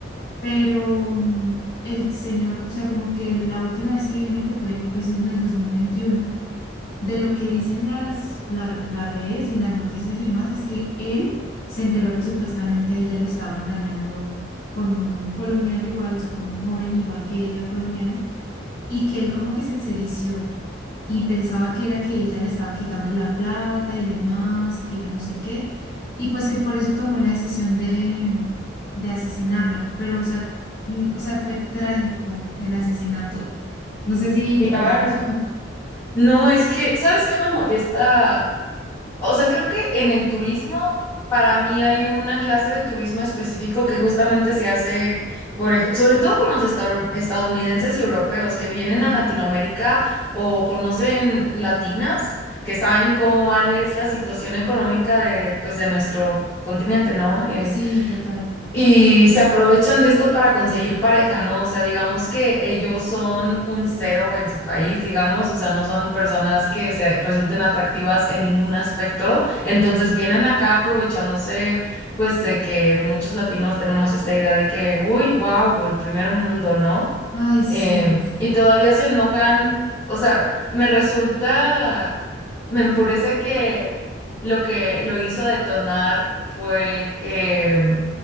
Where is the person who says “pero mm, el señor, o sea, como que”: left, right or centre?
Left